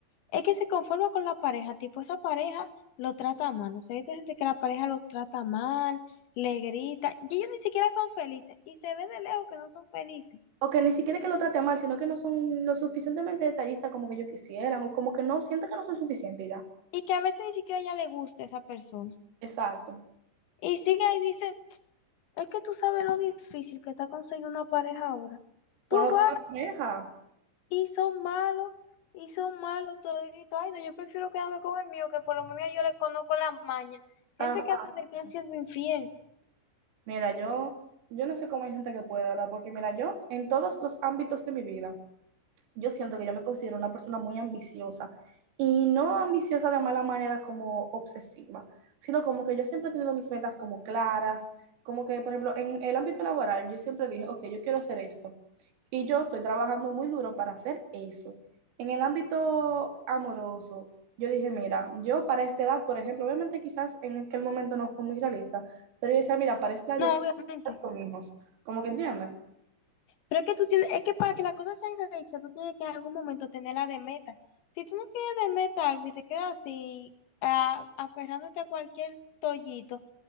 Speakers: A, on the left (about 70°); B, on the right (about 75°).
A: Es que se conforma con la pareja, tipo esa pareja lo trata mal. ¿no? O sea, hay gente que la pareja lo trata mal, le grita, y ellos ni siquiera son felices, y se ve de lejos que no son felices,
B: O que ni siquiera que lo trate mal, sino que no son lo suficientemente detallistas como que yo quisieran, o como que no sienten que no son suficientes y ya.
A: y que a veces ni siquiera ya le gusta esa persona.
B: Exacto.
A: Y sigue ahí y dice, es que tú sabes lo difícil que está conseguir una pareja ahora.
B: Pues
A: Tú vas
B: no te deja.
A: y son malos, y son malos toditos. Ay, no, yo prefiero quedarme con el mío, que por lo menos yo le conozco la maña. Gente
B: Ah,
A: que hasta te están siendo infiel.
B: mira, yo, yo no sé cómo hay gente que puede, ¿verdad? Porque mira, yo en todos los ámbitos de mi vida, yo siento que yo me considero una persona muy ambiciosa y no ambiciosa de mala manera como obsesiva, sino como que yo siempre he tenido mis metas como claras, como que, por ejemplo, en el ámbito laboral, yo siempre dije, ok, yo quiero hacer esto y yo estoy trabajando muy duro para hacer eso. En el ámbito amoroso, yo dije, mira, yo para esta edad, por ejemplo, obviamente quizás en aquel momento no fue muy realista, pero yo decía, mira, para esta edad
A: No,
B: yo quiero
A: obviamente.
B: estar con hijos, como que entiendes.
A: Pero es que tú tienes, es que para que las cosas sean realistas, tú tienes que en algún momento tenerla de meta. Si tú no tienes de meta algo y te quedas así, a- aferrándote a cualquier tollito,